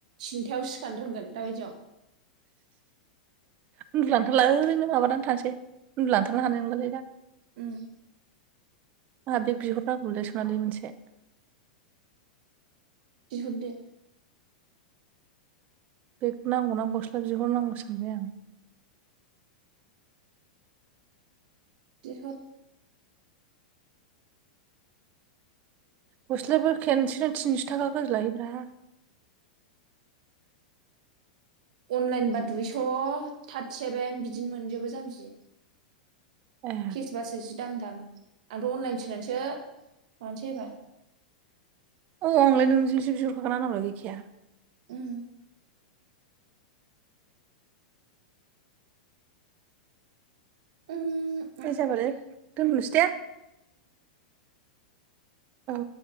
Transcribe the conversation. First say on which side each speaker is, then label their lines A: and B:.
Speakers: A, on the right; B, on the right.
A: टिन्थायाव सिखारानो रोंगोन दा बायदियाव।
B: उन्दु लांथारला ओरैनो माबानानै थानोसै उन्दु लांथारनो हानाय नंलालै दा।
A: उम्म।
B: आंहा बेग बिहर नांगौमोनलै सनालि मोनसे।
A: बिहरदो।
B: बेग नांगौना गस्ला बिहर नांगौसो सानबाय आं।
A: बिहर।
B: गस्लायाबो खेनसेनो थिनस' थाखा गोजो लायोब्रा।
A: अनलाइनबा दुइस' थार्टि सेभेन बिदिनो मोनजोबो जाम्बि।
B: ए
A: केसबासो जि दाम दाम आंथ' अनलाइन सोनानैसो मानोसै एबार
B: औ आंलाय नोंनिजोंसो बिहरखागोनना आंनावलाय गैखाया।
A: उम्म। उम्म
B: ओइ जाबाले दोनथ'नोसै दे औ।